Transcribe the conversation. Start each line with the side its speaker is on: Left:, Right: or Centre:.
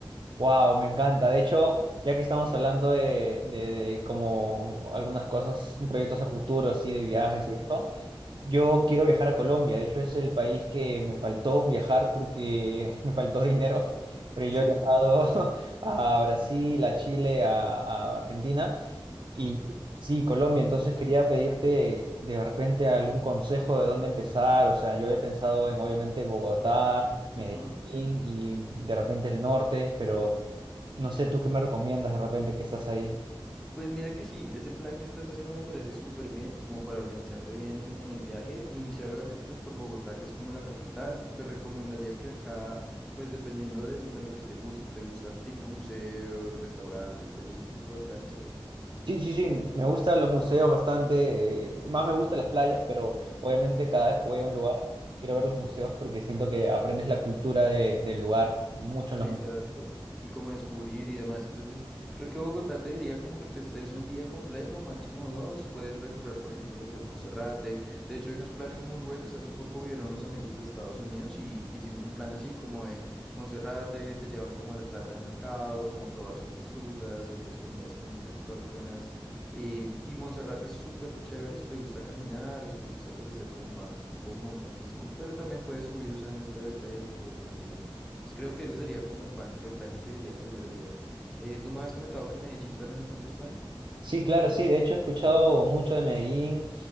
Right: Wow, me encanta. De hecho, ya que estamos hablando de, de- de como algunas cosas, un proyectos a futuro, así, de viajes
Centre: Sí.
Right: y esto, yo quiero viajar a Colombia. De hecho, es el país que me faltó viajar porque <laughs> me faltó dinero. Pero
Centre: Sí,
Right: yo he viajado <laughs> a Brasil, a Chile, a a Argentina.
Centre: súper.
Right: Y sí, Colombia, entonces quería pedirte de repente algún consejo de dónde empezar. O sea, yo había pensado en obviamente Bogotá, Medellín
Centre: Ajá.
Right: y de repente el norte, pero no sé tú qué me recomiendas de repente que estás ahí.
Centre: Pues mira que sí, ese plan que estás haciendo me parece súper bien, como para organizarte bien en, en el viaje. Iniciar obviamente pues por Bogotá, que es como la capital. Te recomendaría que acá, pues dependiendo de, lo de lo que te guste, ¿te gusta el tipo museos, restaurantes? ¿Te gusta este tipo de planes o...?
Right: Sí, sí, sí, me gustan los museos bastante, eh, más me gustan las playas, pero obviamente cada vez que voy a un lugar quiero ver los museos porque siento que aprendes la cultura de- del lugar mucho en los
Centre: Exacto.
Right: museos.
Centre: Y cómo descubrir y demás. Entonces, creo que Bogotá te diría como que te estés un día completo, máximo dos. Puedes recorrer, por ejemplo, lo que es Monserrate. De hecho, hay unos planes muy buenos. Hace poco vinieron unos amigos de Estados Unidos y hicimos un plan así como de Monserrate, te llevan como a la plaza de mercado, como a probar ciertas frutas, ciertas comidas como muy autóctonas. Y, y Monserrate es súper chévere si te gusta caminar o si te gusta pues hacer como más tipo montañismo, pero también puedes subir usando el teleférico o el tranvía. Entonces creo que ese sería como el plan, el plan que te diría primer día. Eh, tú me habías comentado que Medellín también está en tus planes.
Right: Sí, claro, sí. De hecho, he escuchado mucho de Medellín,